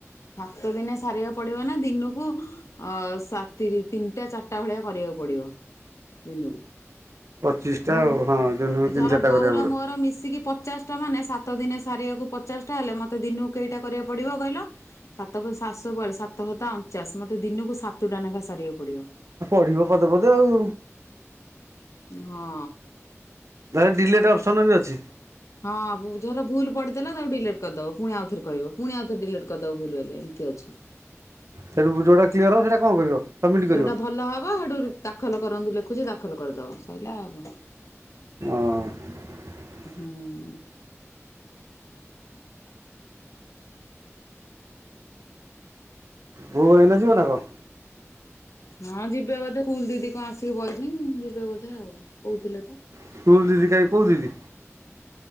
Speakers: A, on the left; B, on the right.
A: ସାତ ଦିନେ ସାରିବାକୁ ପଡିବ ନା ଦିନକୁ ଅ ସା ତିରି ତିନିଟା ଚା ରିଟା ଭଳିଆ କରିବାକୁ ପଡିବ ଦିନକୁ।
B: ପଚିଶଟା
A: ମୁଁ
B: ଆଉ ହଁ ଦିନକୁ ତିନି
A: ଧର
B: ଚାରିଟା
A: ବୋଉର
B: କରିବାକୁ ପଡିବ।
A: ମୋର ମିଶିକି ପଚାଶଟା ମାନେ ସା ସାତ ଦିନେ ସାରିବାକୁ ପଚାଶଟା ହେଲେ ମତେ ଦିନକୁ କେଇଟା କରିବାକୁ ପଡିବ କହିଲ। ସାତକୁ ସାତଶହ ବୟାଳିଶ ସାତ ସତା ଅଣଚାଶ। ମୋତେ ଦିନକୁ ସାତଟା ନେଖା ସାରିବାକୁ ପଡବ।
B: ଆ ପଢିବ ପଦେ ପଦେ ଆଉ।
A: ହଁ।
B: ତାର ଡିଲେଟ ଅପସନ୍ ବି ଅଛି।
A: ହଁ ଭୁ ଯୋଉରା ଭୁଲ୍ ପଡିଦେଲ ତାକୁ ଡିଲେଟ୍ କରିଦବ ଫୁଣି ଆଉ ଥରେ କହିବ। ପୁଣି ଆଉ ଥରେ ଡିଲେଟ କରିଦେବ ଭୁଲ ହେଲେ ଏମିତି ଅଛି।
B: ସେଠୁ ଯୋଉଟା କ୍ଲିୟର ହବ ସେଟା କଣ କରିବ। ସବମିଟ୍ କରିବ
A: ଯୋଉଟା
B: ହଁ
A: ଭଲ ହବ ହେଠୁ ଦାଖଲ କରନ୍ତୁ ଲେଖୁଚି ଦାଖଲ କରିଦବ ସଇଲା ଆଉ କଣ।
B: ହଁ।
A: ହୁଁ।
B: ବୋଉ ଏଇନା ଯିବ ନା କଣ?
A: ହଁ ଯିବେ ବୋଧେ ସ୍କୁଲ ଦିଦି କଣ ଆସିକି ବଇଚନ୍ତି ଯିବେ ବୋଧେ ଆଉ କହୁଥିଲେ ତ।
B: ସ୍କୁଲ ଦିଦି କାଇଁ କୋଉ ଦିଦି।